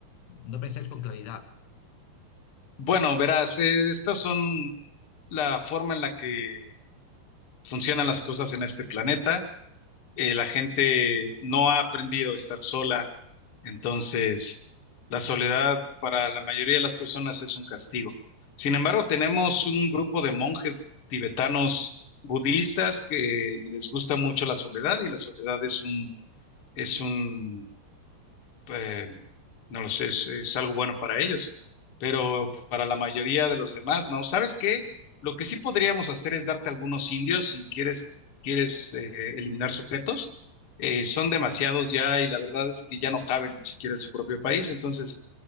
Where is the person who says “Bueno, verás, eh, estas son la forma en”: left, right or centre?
Left